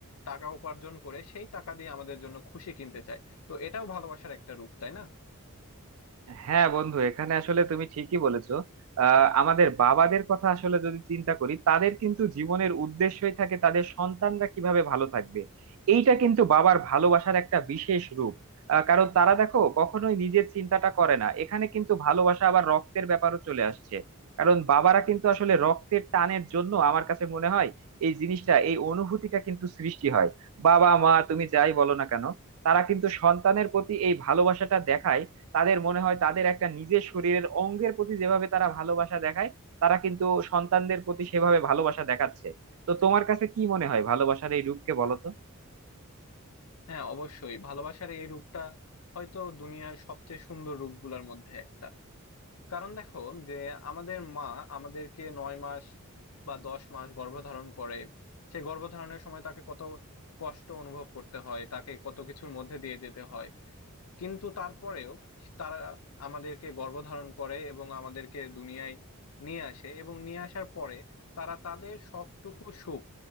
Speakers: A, on the left (about 75°); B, on the right (about 70°).
A: টাকা উপার্জন করে সেই টাকা দিয়ে আমাদের জন্য খুশি কিনতে চায় তো এটাও ভালোবাসার একটা রূপ তাই না
B: হ্যাঁ বন্ধু এখানে আসলে তুমি ঠিকই বলেছো আহ, আমাদের বাবাদের কথা আসলে যদি চিন্তা করি তাদের কিন্তু জীবনের উদ্দেশ্যই থাকে তাদের সন্তানরা কিভাবে ভালো থাকবে এইটা কিন্তু বাবার ভালোবাসার একটা বিশেষ রূপ আহ, কারণ তারা দেখো কখনোই নিজের চিন্তাটা করে না এখানে কিন্তু ভালোবাসা আবার রক্তের ব্যাপারও চলে আসছে কারণ বাবারা কিন্তু আসলে রক্তের টানের জন্য আমার কাছে মনে হয় এই জিনিসটা এই অনুভূতিটা কিন্তু সৃষ্টি হয় বাবা মা তুমি যাই বলো না কেন তারা কিন্তু সন্তানের প্রতি এই ভালোবাসাটা দেখায় তাদের মনে হয় তাদের একটা নিজের শরীরের অঙ্গের প্রতি যেভাবে তারা ভালোবাসা দেখায় তারা কিন্তু সন্তানদের প্রতি সেভাবে ভালোবাসা দেখাচ্ছে তো তোমার কাছে কি মনে হয় ভালোবাসার এই রূপকে বলো তো
A: হ্যাঁ অবশ্যই ভালোবাসার এই রূপটা হয়তো দুনিয়ার সবচেয়ে সুন্দর রূপগুলোর মধ্যে একটা কারণ দেখো যে আমাদের মা আমাদেরকে নয় মাস বা দশ মাস গর্ভধারণ করে সেই গর্ভধারণের সময় তাকে কত কষ্ট অনুভব করতে হয় তাকে কত কিছুর মধ্যে দিয়ে যেতে হয় কিন্তু তারপরেও তারা আমাদেরকে গর্ভধারণ করে এবং আমাদেরকে দুনিয়ায় নিয়ে আসে এবং নিয়ে আসার পরে তারা তাদের সবটুকু সুখ